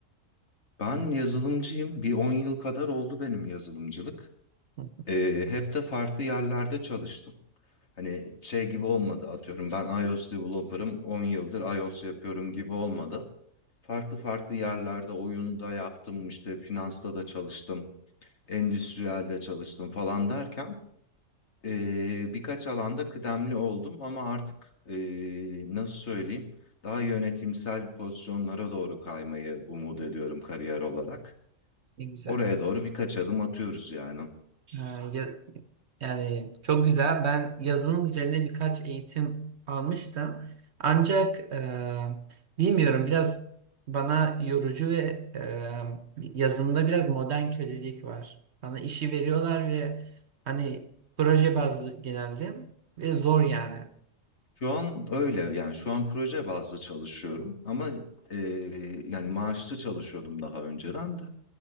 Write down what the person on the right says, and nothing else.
Hı,
Ne güzel.
Ha, ya- Yani çok güzel. Ben yazılım üzerine birkaç eğitim almıştım. Ancak e, bilmiyorum biraz bana yorucu ve e, yazılımda biraz modern kölelik var. Sana işi veriyorlar ve hani proje bazlı genelde. Ve zor yani.